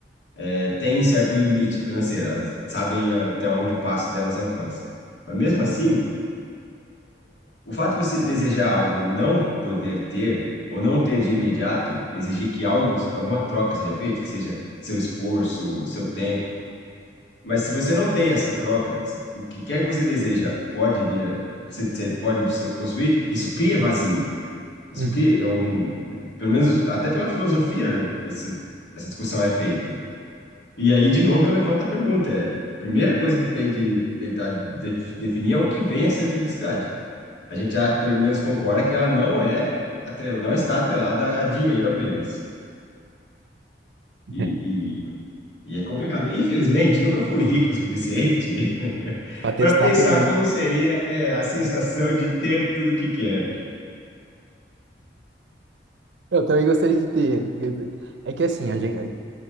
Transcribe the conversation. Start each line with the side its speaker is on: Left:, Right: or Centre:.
Left: é, têm certo limite financeiro, elas sabem eh, até onde o passo delas alcança. Mas mesmo assim, o fato de você desejar algo e não poder ter, ou não ter de imediato, exigir que algo, alguma troca seja feita, que seja seu esforço, seu tempo. Mas se você não tem essa troca, o que quer que você deseja pode vir, você, você pode possuir, isso cria vazio. Isso
Right: uhum.
Left: cria, é um, pelo menos até pela filosofia, né, essa, essa discussão é feita. E aí, de novo, eu levanto a pergunta. É, a primeira coisa que tem de tentar de- definir é o que vem a ser felicidade. A gente já, pelo menos, concorda que ela não é atrel- não está atrelada a dinheiro apenas. E,
Right: É,
Left: e, e é complicado. Infelizmente, nunca fui rico o suficiente <laughs>
Right: para testar
Left: para pensar
Right: a teoria.
Left: como seria, é, a sensação de ter tudo que quer.
Right: Eu também gostaria de ter. É que assim, a gente,